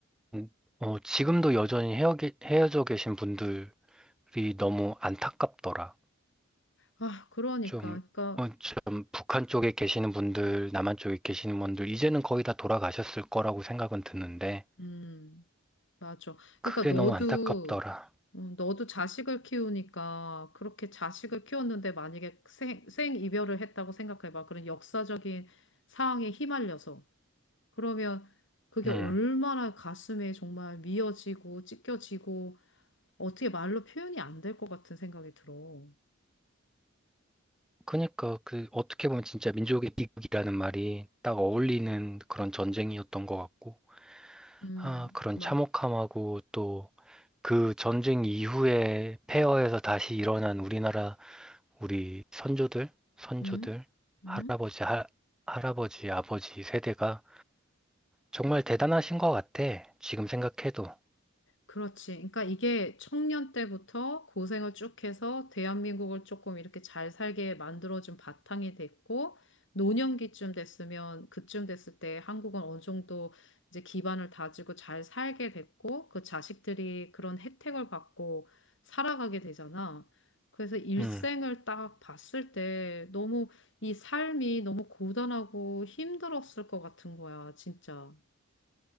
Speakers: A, in the centre; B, on the left.
A: 음, 어, 지금도 여전히 헤어, 헤어져 계신 분들이 너무 안타깝더라.
B: 아, 그러니까,
A: 좀,
B: 그러니까,
A: 어, 좀 북한 쪽에 계시는 분들, 남한 쪽에 계시는 분들, 이제는 거의 다 돌아가셨을 거라고 생각은 드는데,
B: 음, 맞아.
A: 그게
B: 그러니까 너도,
A: 너무 안타깝더라.
B: 음, 너도 자식을 키우니까 그렇게 자식을 키웠는데 만약에 생, 생 이별을 했다고 생각해봐. 그런 역사적인 상황에 휘말려서. 그러면 그게
A: 음.
B: 얼마나 가슴에 정말 미어지고 찢겨지고 어떻게 말로 표현이 안 될 것 같은 생각이 들어.
A: 그니까, 그, 어떻게 보면 진짜 민족의 비극이라는 말이 딱 어울리는 그런 전쟁이었던 것 같고,
B: 음,
A: 아, 그런
B: 막,
A: 참혹함하고 또 그 전쟁 이후에 폐허에서 다시 일어난 우리나라, 우리 선조들, 선조들,
B: 음,
A: 할아버지,
B: 음.
A: 할 할아버지, 아버지 세대가 정말 대단하신 것 같아. 지금 생각해도.
B: 그렇지. 그러니까 이게 청년 때부터 고생을 쭉 해서 대한민국을 조금 이렇게 잘 살게 만들어준 바탕이 됐고, 노년기쯤 됐으면, 그쯤 됐을 때 한국은 어느 정도 이제 기반을 다지고 잘 살게 됐고, 그 자식들이 그런 혜택을 받고 살아가게 되잖아. 그래서 일생을
A: 음.
B: 딱 봤을 때 너무 이 삶이 너무 고단하고 힘들었을 것 같은 거야, 진짜.